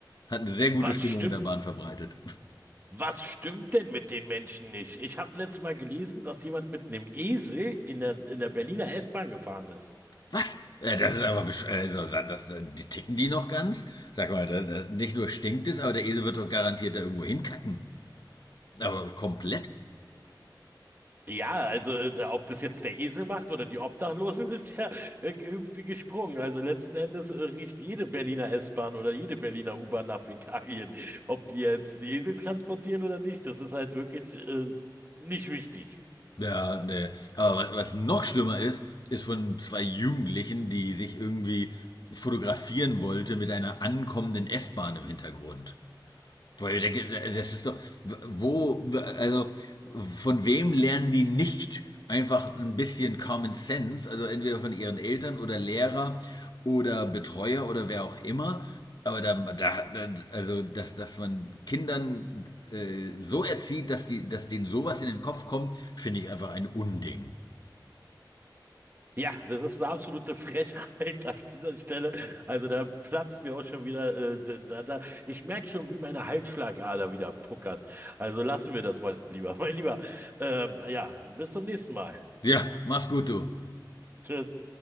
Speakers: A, on the left; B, on the right.
A: Hat eine sehr gute
B: Was
A: Stimmung
B: stimmt,
A: in der Bahn verbreitet.
B: was stimmt denn mit den Menschen nicht? Ich habe letztes Mal gelesen, dass jemand mit einem Esel in der, in der Berliner S-Bahn gefahren ist.
A: Was? Äh, Das ist aber besch also, sa- das, äh, die ticken die noch ganz? Sag mal, da, da, nicht nur stinkt es, aber der Esel wird doch garantiert da irgendwo hinkacken. Aber komplett?
B: Ja, also äh, ob das jetzt der Esel macht oder die Obdachlosen, <laughs> ist ja äh, gehüpft wie gesprungen. Also letzten Endes äh, riecht jede Berliner S-Bahn oder jede Berliner U-Bahn nach Fäkalien. Ob die jetzt einen Esel transportieren oder nicht, das ist halt wirklich äh, nicht wichtig.
A: Ja, ne. Aber was, was noch schlimmer ist, ist von zwei Jugendlichen, die sich irgendwie fotografieren wollte mit einer ankommenden S-Bahn im Hintergrund. Das ist doch, wo, also von wem lernen die nicht einfach ein bisschen Common Sense? Also entweder von ihren Eltern oder Lehrer oder Betreuer oder wer auch immer. Aber da, da also dass, dass man Kindern äh, so erzieht, dass, die, dass denen sowas in den Kopf kommt, finde ich einfach ein Unding.
B: Ja, das ist eine absolute Frechheit <laughs> an dieser Stelle. Also da platzt mir auch schon wieder, äh, da, da, ich merke schon, wie meine Halsschlagader wieder puckert. Also lassen wir das mal lieber. <laughs> Mein Lieber, äh, ja, bis zum nächsten Mal.
A: Ja, mach's gut, du.
B: Tschüss.